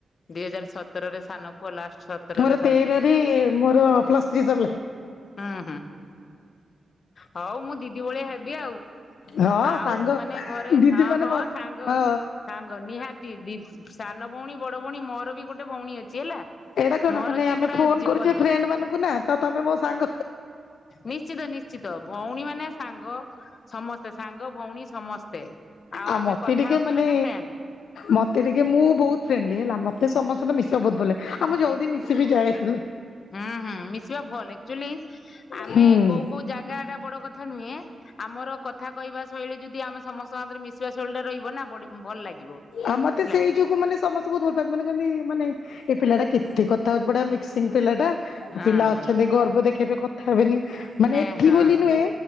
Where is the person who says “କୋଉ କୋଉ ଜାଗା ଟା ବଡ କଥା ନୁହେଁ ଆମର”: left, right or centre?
Left